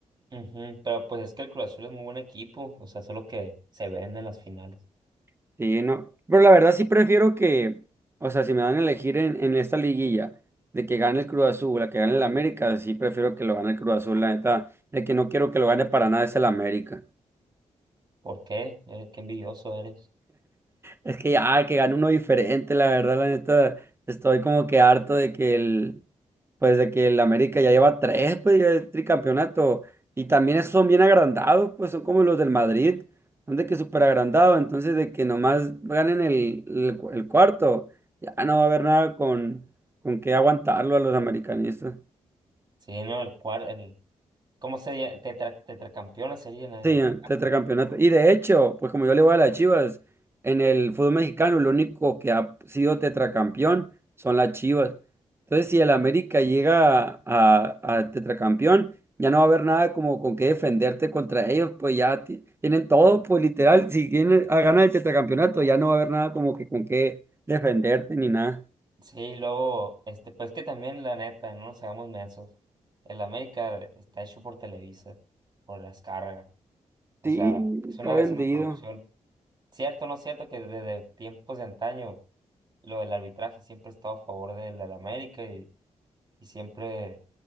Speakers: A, on the right; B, on the right.
A: Ujú, Pero pues es que el Cruz Azul es muy buen equipo, o sea, solo que se vende en las finales.
B: <laughs> sí, no, pero la verdad sí prefiero que, o sea, si me dan a elegir en, en esta liguilla, de que gane el Cruz Azul, la que gane el América, sí prefiero que lo gane el Cruz Azul, la neta, el que no quiero que lo gane para nada es el América.
A: ¿Por qué? Eh, qué envidioso eres.
B: Es que ya, que gane uno diferente, la verdad, la neta, estoy como que harto de que el, pues de que el América ya lleva tres, pues ya el tricampeonato, y también esos son bien agrandados, pues son como los del Madrid, son de que súper agrandados, entonces de que nomás ganen el, el, cu- el cuarto, ya no va a haber nada con, con qué aguantarlo a los americanistas.
A: Sí, no, el cual, el, ¿cómo sería? Tetra, tetracampeona sería en en
B: Sí,
A: este
B: eh,
A: caso.
B: tetracampeonato. Y de hecho, pues como yo le voy a las Chivas, en el fútbol mexicano lo único que ha sido tetracampeón son las Chivas. Entonces, si el América llega a, a tetracampeón, ya no va a haber nada como con qué defenderte contra ellos, pues ya ti- tienen todo, pues literal, si quieren a ganar el tetracampeonato, ya no va a haber nada como que con qué defenderte ni nada.
A: Sí, luego, este, pues que también la neta, no nos hagamos mensos. El América está hecho por Televisa, por las cargas. O
B: Sí,
A: sea, es
B: está
A: una,
B: vendido.
A: es una corrupción. Cierto, no es cierto que desde tiempos de antaño lo del arbitraje siempre he estado a favor del, del América y, y siempre